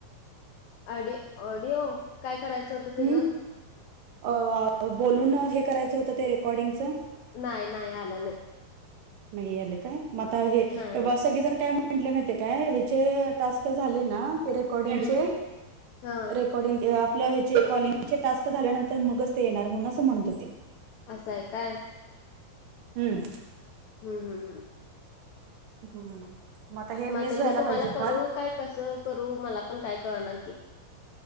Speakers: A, on the left; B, on the right.
A: ऑडि ऑडिओ काय करायचं? होतं त्याचं?
B: हम्म अ बोलून हे करायचं होतं ते रेकॉर्डिंगचं
A: नाही-नाही आला नाही.
B: नाही आलय काय म आता हे
A: नाही आलं
B: सगळे जण काय म्ह म्हटले माहिती काय त्याचे टास्क झाले ना ते रेकॉर्डिंगचे
A: हम्म हा
B: रेकॉर्डिंग ग आपले ह्याचे कॉलिंगचे टास्क झाल्यानंतर मगच ते येणार म्हणून अस म्हणत होते.
A: असं आहे काय?
B: हम्म
A: हम्म-हम्म-हम्म
B: हम्म मग हे
A: म
B: वीस
A: आता
B: व्हायला
A: मी तुम्हाला
B: पाहिजे
A: करू
B: कॉल
A: काय कसं करू मला पण काय कळना की